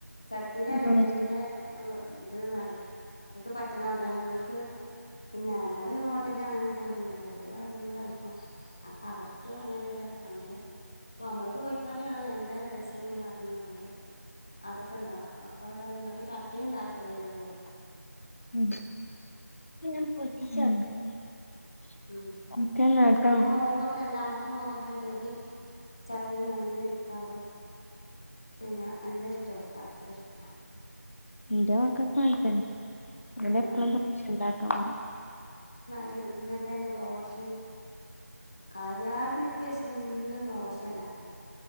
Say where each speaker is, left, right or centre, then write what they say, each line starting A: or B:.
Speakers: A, on the left (about 15°); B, on the left (about 50°).
A: ചട്ടി ഞാൻ
B: ദോശ
A: ഇടലിന്റെ ഓ ന്ത്രര്‌ കറി <unintelligible> പറ്റണത് അതാണ് നിങ്ങക്ക് പിന്നെ മ്മള് ഹോട്ടലിൽ അങ്ങനെ പോയി തോന്നുപോലെ അവടെ കഴിക്കോ അപ്പൊ അവർക്ക് അങ്ങനെയൊ രസം നമ്മള് നമ്മള് പോയിക്കാറാണ് ഭയങ്കര രസംന്ന് പറ ഞമ്മള് അതൊക്കെ ഒണ്ടാ അപ്പ അപ്പ ഇങ്ങക്ക് ചട്ട്നിണ്ടാക്കികൂടേന്യോ ചോയ്
B: ഉം
A: ഉം
B: ഓക്കെന്നാ ട്ടോ
A: ന്റെ മോക്കൊക്കെ രണ്ടാമ ത്തെ മോക്കൊക്കെ ഇഡ്ലി ചട്ട്നി നല്ല ഇഷ്ടാ പിന്നെ നല്ല ഇഷ്ടാ ഓക്ക് ത്രെ ഇഷ്ട
B: ഇന്റെ മക്കക്കു അങ്ങനെതന്നെ ഒലെപ്പളും
A: ആഹ്
B: ദോശണ്ടാകാൻ പറിം
A: ങ്ങൻതന്നെ ദോഷിം കാര്യായിട്ട് മിക്കദീസെന്നും ദോഷെണ്ടാക്കൽ